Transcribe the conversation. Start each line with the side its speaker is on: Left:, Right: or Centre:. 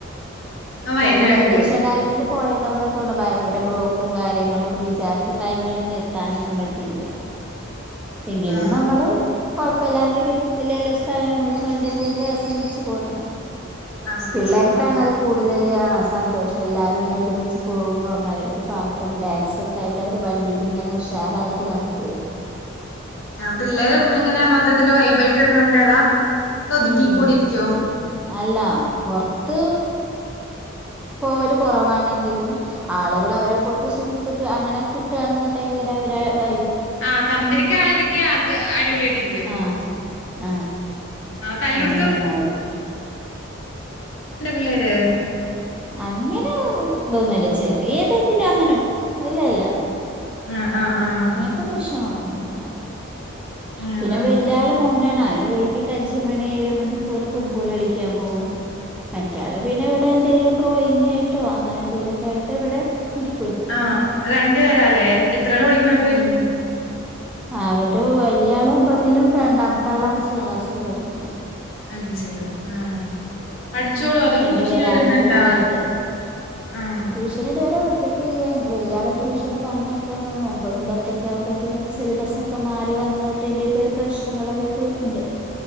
Left: ആഹ് വയനാട്
Centre: ഈ വെക്കേഷൻ
Left: പോയി
Centre: ടൈമില് പോയതൊണ്ട് തോണ് ഭയങ്കര ബ്ലോക്കും കാര്യങ്ങളൊക്കെ വിചാരിച്ച ടൈമിലൊന്നും എത്താനൊന്നും പറ്റില്ല എങ്കിലും
Left: ആഹ്
Centre: നമ്മള് കൊഴപ്പല്ലാത്ത വിധത്തില എല്ലാ സ്ഥലങ്ങളും കണ്ട് പോയ ആസ്വദിച്ചു പോന്ന്
Left: ആസ്വദിച്ചു
Centre: പിള്ളേർക്കാണത്
Left: പോണ്
Centre: കൂടുതൽ ആഹ് സന്തോഷം എല്ലാവരും ഇങ്ങനെ ഒരുമിച്ച് പോകുമ്പോ അവർക്ക് പാട്ടും ഡാൻസ് ദായിട്ട് അവര് വണ്ടിൽ ഇങ്ങനെ ഉഷാറായിട്ട് നടക്കേ
Left: ആഹ് പിള്ളേർ എങ്ങനെയാ മൊത്തത്തിൽ വൈബ ആയിട്ട് എടുക്കണള്ളേ ഏതാ ഒതുങ്ങി
Centre: ഉം
Left: ക്കൂടി ഇരിക്കുവോ
Centre: അല്ല പൊർത്ത് പോവല് കുറവാണെങ്കിലും ആളുകൾ അവരെ പോട്ടുള്ള സുഹൃത്തുക്ക് അങ്ങനെ കിട്ടുകയാണെന്നുണ്ടെ അവരെ വൈ
Left: ആഹ് കമ്പനിക്ക് ആളെ കിട്ടിയ ആൾക്ക് അടിപൊളി ആയിട്ടിരിക്കും
Centre: ആഹ് ആഹ്
Left: തല്ലൂടുത്തണ്ട്
Centre: അങ്ങനെണ് അവര്
Left: എന്റെ പിള്ളേര്
Centre: അങ്ങനെ ഇതോന്നൂല്ല ചെറിയതെന്തിലോ അങ്ങനെ ഇല്ലല്ല
Left: ആഹ് ആഹ് ആഹ്
Centre: ത്ത പ്രശ്നങ്ങളൊന്നുല്ല
Left: ആഹ്
Centre: പിന്നെ വല്ല്യായാള് മോനാണ് അവന് വൈകിട്ട് അഞ്ച് മണിയായ ഒരു മണിക്കൂർ ഫുട്ബോൾ കളിക്കാൻ പോകും മറ്റാള് പിന്നെ ഇവിടെ എന്തെങ്കലും ഡ്രോയിങ് ആയിട്ടോ അങ്ങനെ എന്തെങ്കലു ഒക്കെ ആയിട്ട് ഇവിടെ ഇര്
Left: ആഹ് രണ്ടു പേരാലേ എത്രലാ പഠിക്കണ അവര്
Centre: ഉം അവര് വലിയ ആള് ഒമ്പതിലും രണ്ടാമത്തെ ആള് അഞ്ചാം ക്ലാസ്സില് പഠിക്കണ
Left: അഞ്ചിലും ആഹ് പഠിച്ചോളൂ അതോ
Centre: രണ്ടു
Left: ട്യൂഷന്
Centre: പേര്
Left: വിടുന്നുണ്ടാ
Centre: ആണും പെണ്ണും ആയിട്ട്
Left: ആഹ്
Centre: ട്യൂഷൻ ഇതുവരെ വിട്ടിട്ടില്ല. ഇനി വലിയ ആളെ ട്യൂഷന് പറഞ്ഞയക്കണമെന്ന് ഒമ്പത് പത്തൊക്കെ ആമ്പത്തിന്ന് സിലബസ ഒക്കെ മാറി വന്നതിന്റെയൊക്കെ ഒരു പ്രശ്നങ്ങൾ അവർക്ക് ഉണ്ട്.